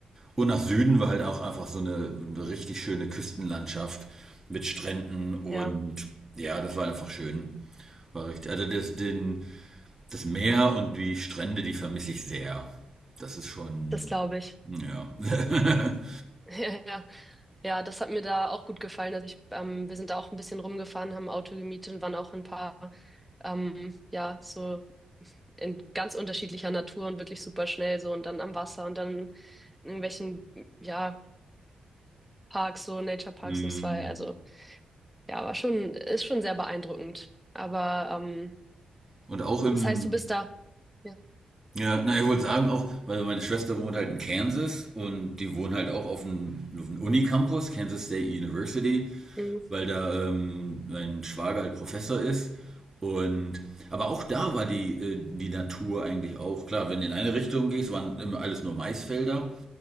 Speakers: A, on the right; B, in the centre.
A: Und nach Süden war halt auch einfach so eine, eine richtig schöne Küstenlandschaft mit Stränden und
B: ja,
A: ja, das war einfach schön. War richtig. Also das, den, das Meer und die Strände, die vermisse ich sehr. Das ist schon,
B: das glaube ich.
A: ja. <laughs>
B: <laughs> Ja, ja, ja, das hat mir da auch gut gefallen. Also ich, ähm, wir sind da auch ein bisschen rumgefahren, haben ein Auto gemietet und waren auch in ein paar, ähm, ja, so in ganz unterschiedlicher Natur und wirklich super schnell so und dann am Wasser und dann in irgendwelchen, ja, Parks, so Nature Parks
A: Hm.
B: und zwei. Also Ja, aber schon, ist schon sehr beeindruckend. Aber ähm,
A: und auch im,
B: das heißt, du bist da. Ja.
A: Ja, na, ich wollte sagen auch, weil meine Schwester wohnt halt in Kansas und die wohnt halt auch auf dem, auf dem Unicampus, Kansas State University,
B: Mhm.
A: weil da ähm, mein Schwager halt Professor ist. Und aber auch da war die, äh, die Natur eigentlich auch klar. Wenn du in eine Richtung gehst, waren immer alles nur Maisfelder.